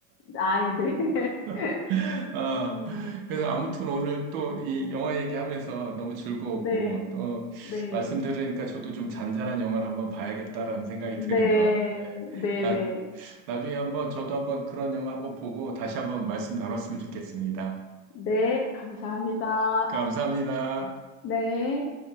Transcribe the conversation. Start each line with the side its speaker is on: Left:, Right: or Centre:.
Left: 아이, 네. <laughs>
Right: <laughs> 아,
Left: 음.
Right: 그래서 아무튼 오늘 또 이 영화 얘기하면서 너무 즐거웠고,
Left: 네,
Right: 또
Left: 네,
Right: 말씀 들으니까 저도 좀 잔잔한 영화를 한번 봐야겠다라는 생각이
Left: 네,
Right: 드네요. 네.
Left: 네,
Right: 나,
Left: 네,
Right: 나중에 한번 저도 한번 그런 영화 한번 보고 다시 한번 말씀 나눴으면 좋겠습니다.
Left: 네, 감사합니다.
Right: 감사합니다.
Left: 네.